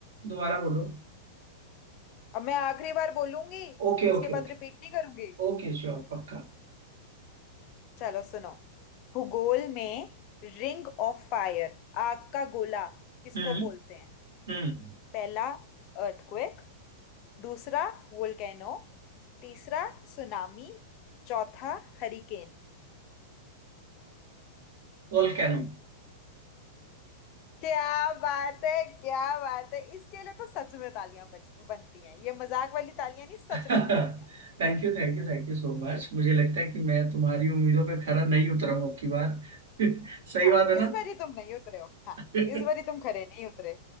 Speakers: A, on the right; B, on the left.
A: दोबारा बोलो
B: अब मैं आखिरी बार बोलूंगी
A: Okay okay
B: उसके बाद
A: okay
B: रिपीट नहीं करूंगी
A: Okay sure पक्का
B: चलो सुनो भूगोल में रिंग ऑफ फायर आग का गोला किसको
A: Hmm
B: बोलते हैं
A: Hmm
B: पहला अर्थक्वेक दूसरा वोल्केनो तीसरा सुनामी चौथा हरिकेन
A: Volcano
B: क्या बात है क्या बात है इसके लिए तो सच में तालियां बज- बनती हैं ये मजाक वाली तालियां नहीं
A: <laughs>
B: सच वाली तालियां
A: Thank you thank you thank you so much मुझे लगता है कि मैं तुम्हारी उम्मीदों पर खरा नहीं उतरा हूं अब की बार <laughs> सही
B: हाँ
A: बात है
B: इस
A: ना
B: बारी तुम नहीं उतरे हो हाँ
A: <laughs>
B: इस बारी तुम खरे नहीं उतरे